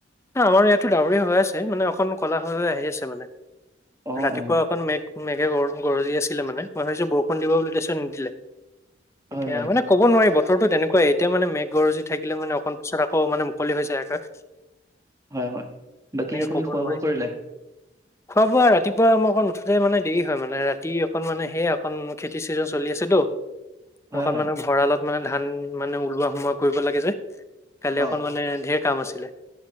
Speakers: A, on the left; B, on the right.
A: আমাৰ ইয়াতো ডাৱৰ হৈ আছে মানে অকণ কলা হৈ- হৈ আহি আছে। মানে,
B: অ',
A: ৰাতিপুৱা
B: অ',
A: অকণ মেঘ, মেঘে গ-গৰজি আছিলে মানে। মই ভাবিছোঁ বৰষুণ দিব বুলি তাইচত নিদিলে।
B: হয়,
A: এতিয়া
B: হয়,
A: মানে ক'ব নোৱাৰি বতৰ, বতৰতো তেনেকুৱাই এতিয়া মানে মেঘগৰজী, থাকিলে মান অকণ পিছত আকৌ, অহ, মানে মুকলি হৈ যায় আকাশ।
B: হয়- হয় বাকী
A: তেনেকে
B: আপুনি
A: ক'ব
B: খোৱা
A: নোৱাৰি।
B: -বোৱা কৰিলে?
A: খোৱা - বোৱা ৰাতিপুৱা মই অকণ উঠোতে মানে দেৰি হয় মানে ৰাতি অকণ মানে সেয়া অকণ খেতি ছিজন চলি আছেতো, ত,
B: হয়,
A: কাম
B: হয়,
A: মানে ভঁৰালত মানে, ধান মানে ওলোৱা সোমোৱা কৰিব লাগে যে কালি
B: অ',
A: অকণ মানে ঢেৰ কাম আছে ছিলে